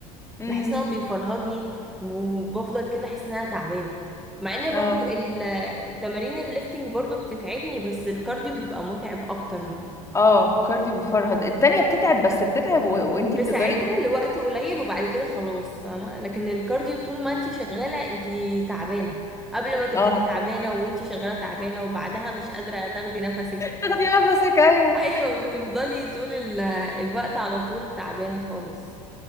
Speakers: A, on the left; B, in the centre.
A: امم
B: بحس ان هو بيفرهدني وبفضل كده احس ان انا تعبانه مع ان
A: اه
B: برضو ال- التمارين الليفتنج برضو بتتعبني بس الكارديو بيبقى متعب اكتر منه
A: اه كارديو بيفرهد التانية بتتعب بس بتتعب و... وانتي
B: في
A: بتقدري
B: ساعتها لوقت قليل وبعد كده خلاص فاهمة لكن الكارديو طول ما انتي شغالة انتي تعبانة قبل ما تبدأي
A: اه
B: تعبانة وانتي شغالة تعبانة وبعدها مش قادرة تاخدي نفسك
A: تاخدي نفسك ايوه
B: <laughs> ايوه بتفضلي طول ال- الوقت على طول تعبانة خالص